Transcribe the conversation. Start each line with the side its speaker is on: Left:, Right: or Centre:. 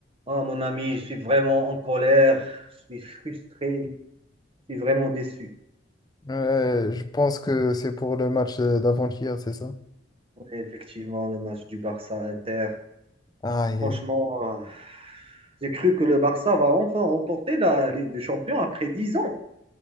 Right: Oh, mon ami, je suis vraiment en colère, je suis frustré, je suis vraiment déçu.
Left: Euh, je pense que c'est pour le match euh, d'avant-hier, c'est ça?
Right: Ouais, Effectivement, le match du Barça Inter.
Left: Aïe,
Right: Franchement,
Left: aïe.
Right: euh, j'ai cru que le Barça va enfin remporter la Ligue des Champions après 10 ans.